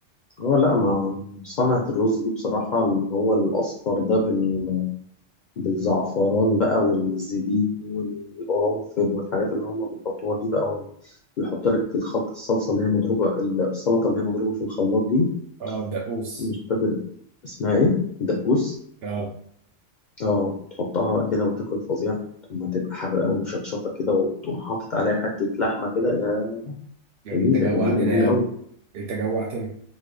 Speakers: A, on the left (about 55°); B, on the right (about 60°).
A: اه لا ما صنعة الرز دي بصراحة اللي هو الأصفر ده بال... بالزعفران بقى والزبيب والقرنفل والحاجات اللي هم بيحطوها دي بقى وال- ويحط لك الخلطة الصلصة اللي هي مضروبة السلطة اللي هي مضروبة في الخلاط دي
B: اه الدقوس
A: مش فاكر اسمها ايه دقوس
B: اه
A: اه تحطها بقى كده وتاكل فظيعة ثم تبقى حرقة ومشطشطة كده وتقوم حاطط عليها حتة لحمة كده يا
B: يعني
A: جميلة
B: انت جوعتنا
A: جميلة جميلة
B: يا عم
A: أوي
B: انت جوعتنا